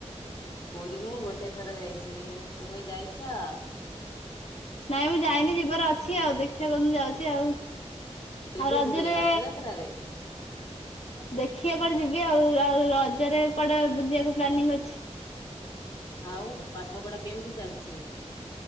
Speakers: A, on the left; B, on the left.
A: ପୁରୀ ମୁଁ ଗୋଟେ ଥର ଯାଇଛି, ତୁମେ ଯାଇଛ?
B: ନାଇଁ ମୁଁ ଯାଇନି ଯିବାର ଅଛି ଆଉ ଦେଖିବା କୋଉଦିନ ଯାଉଛି ଆଉ।
A: କେବେ
B: ଆଉ ରଜରେ
A: ଯିବେ ରଥଯାତ୍ରାରେ
B: ଦେଖିଆ କୁଆଡେ ଯିବି ଆଉ, ଆଉ ରଜରେ କଆଡେ ବୁଲିବାକୁ ପ୍ଲାନିଂ ଅଛି?
A: ଆଉ ପାଠ ପଢା କେମିତି ଚାଲିଛି?